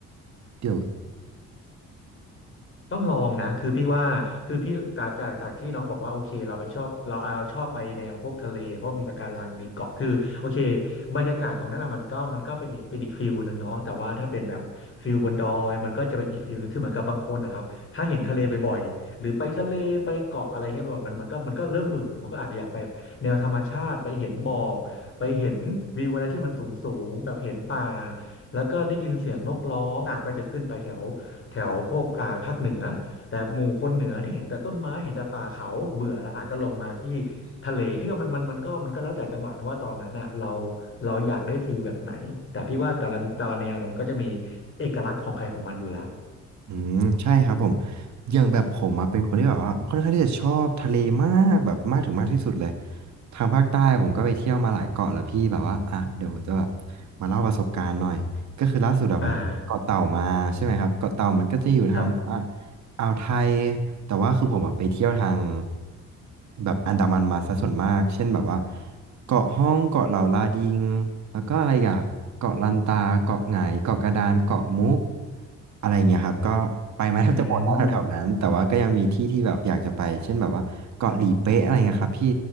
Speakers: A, on the right; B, on the left.
A: เดี๋ยว
B: ต้องลองนะคือพี่ว่าคือพี่จากจากจากที่น้องบอกว่าโอเคเราไปชอบเราเอาชอบไปแนวพวกทะเลเพราะมีปะการังมีเกาะคือโอเคบรรยากาศตรงนั้นอ่ะมันก็มันก็เป็นอีกเป็นอีกฟิลหนึ่งเนาะแต่ว่าถ้าเป็นแบบฟิลบนดอยมันก็จะเป็นอีกฟิลหนึงคือเหมือนกับบางคนนะครับถ้าเห็นทะเลบ่อยๆหรือไปทะเลไปเกาะอะไรเงี้ยบ่อยๆมันมันก็มันก็เริ่มเบื่อมันก็อาจจะอยากไปแนวธรรมชาติไปเห็นหมอกไปเห็นวิวอะไรที่มันสูงสูงแบบเห็นป่าแล้วก็ได้ยินเสียงนกร้องอ่ะก็จะขึ้นไปแถว แถวพวกอ่าภาคเหนือแต่หมู่คนเหนือที่เห็นแต่ต้นไม้เห็นแต่ป่าเขาเบื่อแล้วอาจก็ลงมาที่ทะเลพี่ว่ามันมันมันก็มันก็แล้วแต่จังหวะนะว่าตอนนั้นอ่ะเราเราอยากได้ฟิลแบบไหนแต่พี่ว่าแต่ละแต่ละแนวนะมันก็จะมีเอกลักษณ์ของใครของมันอยู่แล้ว
A: อืมใช่ครับผมอย่างแบบผมอะเป็นคนที่แบบว่าค่อนข้างที่จะชอบทะเลมากแบบมากถึงมากที่สุดเลยทางภาคใต้ผมก็ไปเที่ยวมาหลายเกาะแล้วพี่แบบว่าอ่ะเดี๋ยวจะแบบมาเล่าประสบการณ์หน่อยก็คือล่าสุดอะผมเกาะเต่ามาใช่ไหมครับเกาะเต่ามันก็จะอยู่ทางแบบว่า
B: อ่าครับ
A: อ่าวไทยแต่ว่าคือผมอะไปเที่ยวทางแบบอันดามันมาซะส่วนมากเช่นแบบว่าเกาะห้องเกาะเหล่าลาดิงแล้วก็อะไรอีกอะเกาะลันตาเกาะไหงเกาะกระดานเกาะมุกอะไรเงี้ยครับก็ไปมาแทบจะหมดแล้วแถวๆนั้นแต่ว่าก็ยังมีที่ที่แบบอยากจะไปเช่นแบบว่าเกาะหลีเป๊ะอะไรเงี้ยครับพี่
B: อืม